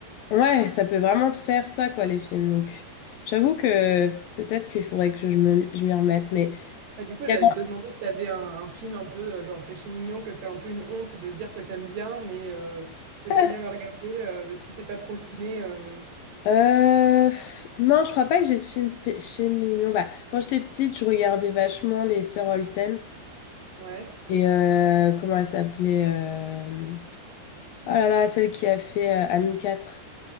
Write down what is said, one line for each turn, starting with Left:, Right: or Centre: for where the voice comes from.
Left: Ouais, ça peut vraiment te faire ça, quoi, les films. Donc, j'avoue que peut-être qu'il faudrait que je me, je m'y remette. Mais
Right: Ah, du coup, j'allais
Left: il y
Right: te demander si t'avais un, un film un peu euh, genre Péché mignon, que c'est un peu une honte de dire que t'aimes bien, mais euh, que
Left: avait
Right: t'aimes bien le regarder, euh, mais si t'es pas trop ciné. euh,
Left: Euh, pff, non, je crois pas que j'ai de films péché mignon. Bah, quand j'étais petite, je regardais vachement les Sœurs Olsen
Right: Ouais.
Left: et euh, comment elle s'appelait euh, Oh là là, celle qui a fait euh, Anne 4,